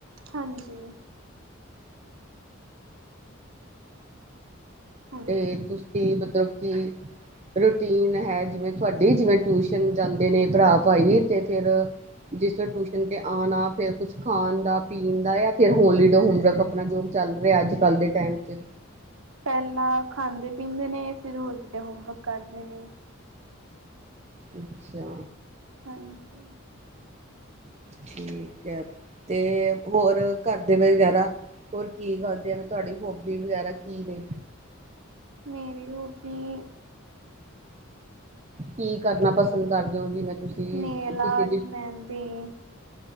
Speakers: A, on the right (about 80°); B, on the right (about 30°).
A: ਹਾਂਜੀ। ਹਾਂਜੀ।
B: ਤੇ ਤੁਸੀ ਕੀ, ਮਤਲਬ ਕੀ, ਰੂਟੀਨ ਹੈ- ਜਿਵੇਂ ਤੁਹਾਡੀ ਜਿਵੇਂ, ਟਿਊਸ਼ਨ ਜਾਂਦੇ ਨੇ ਭਰਾ ਭਾਈ ਤੇ ਫਿਰ। ਜਿਸ ਟਿਊਸ਼ਨ ਤੇ ਆਣਾ। ਫਿਰ ਕੁਛ ਖਾਣ ਦਾ, ਪੀਣ ਦਾ, ਫਿਰ ਹੋਲੀਡੇ ਹੋਮਵਰਕ ਆਪਣਾ ਜੋ ਚਲ ਚੱਲ ਰਿਹਾ। ਅੱਜ ਕੱਲ ਦੇ ਟਾਈਮ ਚ।
A: ਪਹਿਲਾਂ ਖਾਂਦੇ ਪੀਂਦੇ ਨੇ, ਫਿਰ ਹੋਲੀਡੇ ਹੋਮਵਰਕ ਕਰਦੇ ਨੇ।
B: ਅੱਛਾ।
A: ਹਾਂਜੀ।
B: ਠੀਕ ਹੈ। ਤੇ ਹੋਰ ਘਰ ਦੇ ਵਗੈਰਾ, ਹੋਰ ਕੀ ਕਰਦੇ ਆ। ਤੁਹਾਡੀ ਹੋਬੀ ਵਗੈਰਾ ਕੀ ਨੇ।
A: ਮੇਰੀ ਹੋਬੀ,
B: ਕੀ ਕਰਨਾ ਪਸੰਦ ਕਰਦੇ ਹੋ ਜਿਵੇਂ ਤੁਸੀਂ
A: ਨੇਲ
B: ਕਿਸੇ
A: ਆਟ ਮਹਿੰਦੀ